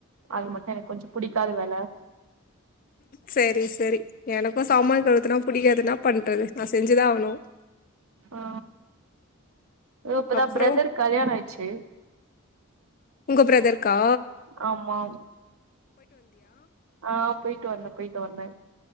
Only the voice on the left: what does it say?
சரி சரி எனக்கு சாமான கழுவதுத்துனா பிடிக்காதுனா ன்னா பண்றது நா செஞ்சுதா ஆவணு
அப்றோ
உங்க பிரதருக்கா